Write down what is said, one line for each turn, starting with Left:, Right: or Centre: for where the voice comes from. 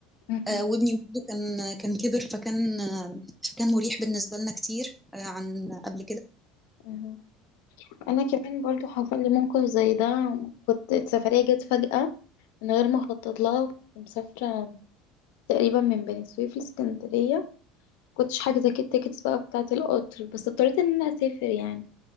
Left: مهم.
Centre: آه، وابني برضه كان كان كبر فكان آه، فكان مريح بالنسبة لنا كتير آه، عن قبل
Left: مهم. أنا كمان برضو حصل لي موقف زي ده كنت السفرية جت فجأة من غير ما أخطط لها وكنت مسافرة تقريبا من بني سويف لاسكندرية كنتش حاجزة كده التيكتس بقى بتاعة القطر بس اضطريت ان انا اسافر يعني